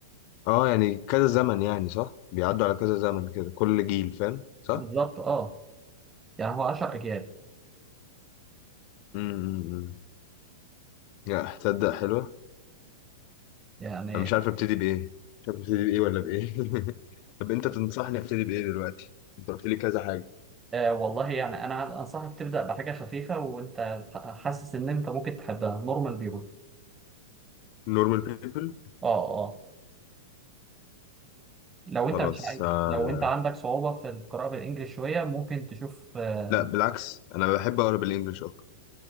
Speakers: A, on the left; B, on the right.
A: اه يعني كذا زمن يعني صح بيعدوا على كذا زمن كده كل جيل فاهم صح
B: بالظبط اه يعني هو عشر أجيال
A: امم لا تصدق حلوة
B: يعني
A: انا مش عارف ابتدي بايه مش عارف ابتدي بايه ولا بايه <laughs> طب انت تنصحني ابتدي بايه دلوقتي انت قلت لي كذا حاجة
B: آه والله يعني انا انصحك تبدا بحاجه خفيفه وانت حاسس ان انت ممكن تحبها نورمال بيبول
A: نورمال بيبل
B: اه اه لو
A: خلاص
B: انت مش عايز
A: آه.
B: لو انت عندك صعوبه في القراءه بالانجلش شويه ممكن تشوف آه
A: لا بالعكس انا بحب اقرا بالانجلش اكتر